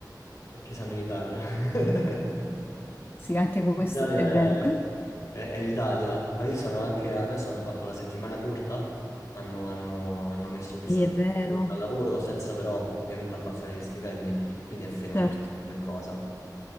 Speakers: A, on the left; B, on the left.
A: Perché siamo in Italia. <laughs>
B: Sì, anche questo
A: L'Italia
B: è
A: è,
B: vero.
A: è- è l'Italia. Hai visto, hanno anche, adesso hanno fatto la settimana corta, hanno, hanno- hanno messo questa
B: Sì,
A: settimana
B: è vero,
A: corta al lavoro senza però ovviamente abbassare gli stipendi, quindi è fenomenale
B: certo.
A: come cosa.